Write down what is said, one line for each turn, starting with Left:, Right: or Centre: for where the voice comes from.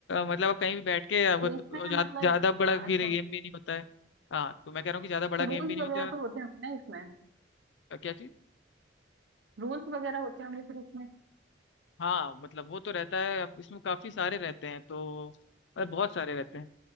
Left: मतलब आप कहीं भी बैठ के आपको
Right: तो
Left: तो
Right: इसमें
Left: ज्या-
Right: मतलब
Left: ज्यादा
Right: ये होता
Left: बड़ा गेम
Right: अच्छा
Left: भी नहीं होता है हाँ तो मैं कह रहा हूँ कि ज्यादा बड़ा
Right: तो
Left: गेम
Right: रूल्स
Left: भी नहीं
Right: वगैरह
Left: होता
Right: तो होते होंगे ना इसमें
Left: है क्या चीज
Right: रूल्स वगैरह होते होंगे फिर इसमें
Left: हाँ मतलब वो तो रहता है अब इसमें काफी सारे रहते हैं तो मतलब बहुत सारे रहते हैं